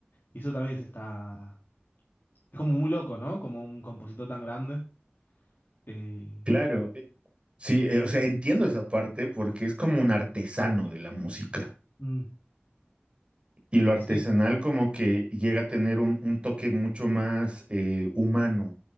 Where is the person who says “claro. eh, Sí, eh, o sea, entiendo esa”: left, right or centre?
Right